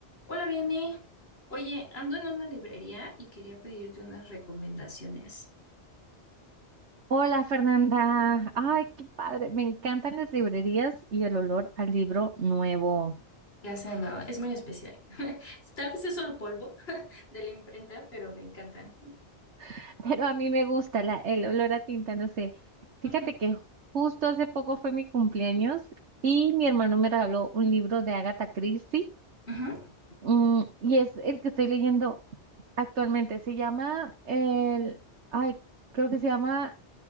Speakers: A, on the left; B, on the right.
A: Hola, Vianney. Oye, ando en una librería y quería pedirte unas recomendaciones.
B: Hola Fernanda, ay, qué padre, me encantan las librerías y el olor al libro nuevo,
A: Ya sé, no, es muy especial. <laughs> Tal vez es solo polvo <laughs> de la imprenta, pero me encanta.
B: <laughs> pero a mí me gusta la- el olor a tinta, no sé. Fíjate
A: <laughs> Ujú.
B: que justo hace poco fue mi cumpleaños y mi hermano me regaló un libro de Agatha Christie,
A: Ujú.
B: mm, y es el que estoy leyendo actualmente, se llama, el, ay, creo que se llama